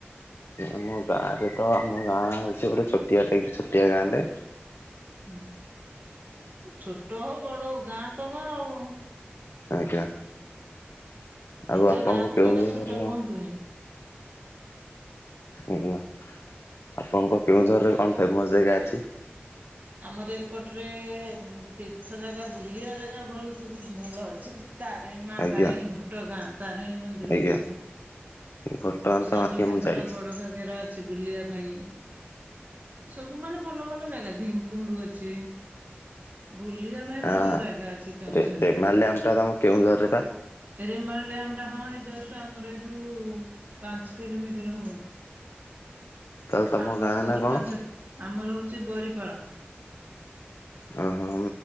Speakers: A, on the left (about 85°); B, on the right (about 45°).
A: ଆମ ଗାଁରେ ତ ଆମ ଗାଁ ହେଉଛି ଗୋଟେ ଛୋଟିଆଟା ଛୋଟିଆ ଗାଁରେ
B: ହୁଁ ଛୋଟ ହଉ ବଡ ହଉ ଗାଁ ତ ଗାଁ ଆଉ ହୁଁ
A: ଆଜ୍ଞା। ଆଉ
B: ନିଜ
A: ଆପଣଙ୍କ
B: ଗାଁ କ
A: କେଉଁଝରର
B: କେବେ ଛୋଟ କୁହନ୍ତୁନି।
A: ଆଝିଲ ଆପଣଙ୍କ କେଉଁଝରରେ କଣ ଫେମସ୍ ଜାଗା ଅଛି
B: ଆମର ଏପଟରେ ତୀର୍ଥ ଜାଗା ବୁଲିବା ଜାଗା ବହୁତ ଭଲ ଅଛି ତାରଣୀ ମା
A: ଆଜ୍ଞା
B: ତାରିଣୀ ଘଟଗାଁ ତାରିଣୀ ମନ୍ଦିର
A: ଆଜ୍ଞା
B: ଅଛି
A: ଘଟଗାଁ
B: ସାନ
A: ତ ଆଜ୍ଞା
B: ଘାଗରା
A: ମୁଁ ଯାଇଛି
B: ବଡ ଘାଗରା ଅ ଅଛି ବୁଲିବା ପାଇଁ ସବୁ ମାନେ ଭଲ ଭଲ ଜାଗା ଭୀମକୁଣ୍ଡ ଅଛି। ବୁଲିବା
A: ଆଜ୍ଞା।
B: ପାଇଁ ଭଲ ଜାଗା ଅଛି କେଉଁଝରେ
A: ରେ ରେମାଲ ଡ୍ୟାମ ଟା ତମ କେଉଁଝରରେ ପା?
B: ରେମାଲ ଡ୍ୟାମ ଟା ହଁ ଏଇ ଜଷ୍ଟ ଆମର ଏଇଠୁ ପାଞ୍ଚ କିଲୋମିଟର ହବ
A: ତାହେଲେ ତମ
B: ଆମ
A: ଗାଁ
B: ଘରୁ
A: ନା କଣ?
B: ପାଞ୍ଚ ଆମର ହଉଛି ବରିପାଳ
A: ଓ ହଁ